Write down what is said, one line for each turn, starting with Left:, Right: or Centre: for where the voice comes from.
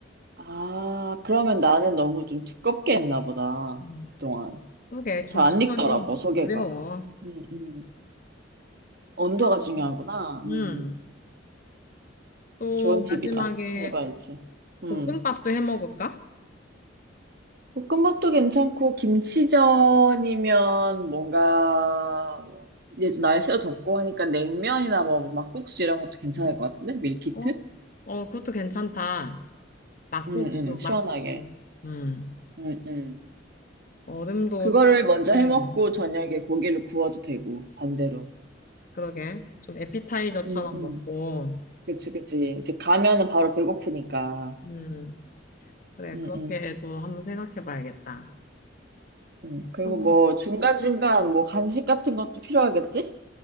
Right: 아, 그러면 나는 너무 좀 두껍게 했나 보다.
Left: 음.
Right: 그동안.
Left: 그게 김치전이
Right: 잘 안 익더라고, 소개가.
Left: 어려워.
Right: 음, 음. 온도가
Left: <laughs>
Right: 중요하구나. 음.
Left: 음. 또
Right: 좋은 팁이다.
Left: 마지막에
Right: 해봐야지. 음.
Left: 볶음밥도 해 먹을까?
Right: 볶음밥도 괜찮고, 김치전이면 뭔가, 뭐 이제 좀 날씨가 덥고 하니까 냉면이나 뭐 막국수 이런 것도 괜찮을
Left: 음.
Right: 것 같은데? 밀키트?
Left: 어, 어, 그것도 괜찮다. 막국수,
Right: 응, 응, 시원하게.
Left: 막국수. 음,
Right: 응, 응.
Left: 얼음도
Right: 그거를 먼저
Left: 생각해야겠네.
Right: 해먹고 저녁에 고기를 구워도 되고, 반대로.
Left: 그러게. 좀 에피타이저처럼
Right: 응, 응.
Left: 먹고,
Right: 그치, 그치. 이제 가면은 바로 배고프니까.
Left: 음, 그래.
Right: 응,
Left: 그렇게도
Right: 응.
Left: 한번 생각해 봐야겠다.
Right: 응. 그리고
Left: 또,
Right: 뭐 중간중간 뭐 간식 같은 것도 필요하겠지?